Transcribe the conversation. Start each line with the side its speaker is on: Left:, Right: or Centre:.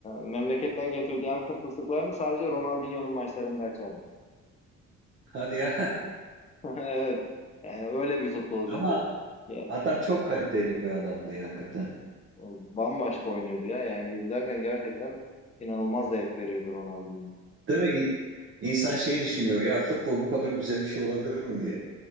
Left: memleketten getirdiği Antep fıstıklarını sadece Ronaldinho'nun maçlarında açardı.
Right: Hadi ya.
Left: <laughs> Evet. Yani öyle bir futbolcuydu.
Right: <laughs> Ama
Left: Ya,
Right: adam çok kaliteli bir adamdı ya hakikaten.
Left: bambaşka oynuyordu ya. Yani izlerken gerçekten inanılmaz zevk veriyordu Ronaldinho.
Right: Değil mi? İ- İnsan şey düşünüyor ya futbol bu kadar güzel bir şey olabilir mi diye.